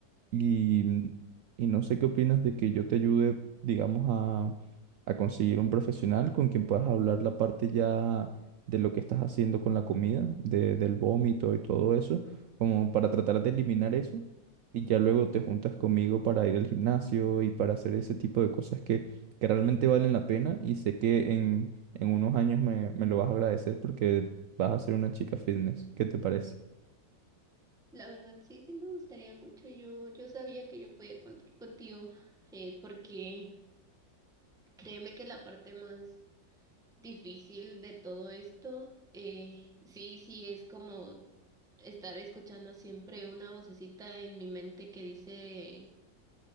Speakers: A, on the right; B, in the centre.
A: y, y no sé qué opinas de que yo te ayude, digamos, a, a conseguir un profesional con quien puedas hablar la parte ya de lo que estás haciendo con la comida, de- del vómito y todo eso, como para tratar de eliminar eso. Y ya luego te juntas conmigo para ir al gimnasio y para hacer ese tipo de cosas que, que realmente valen la pena. Y sé que en, en unos años me, me lo vas a agradecer porque vas a ser una chica fitness. ¿Qué te parece?
B: La verdad, sí, sí me gustaría mucho. Yo, yo sabía que yo podía contar contigo, eh, porque créeme que la parte más difícil de todo esto, eh, sí, sí, es como estar escuchando siempre una vocecita en mi mente que dice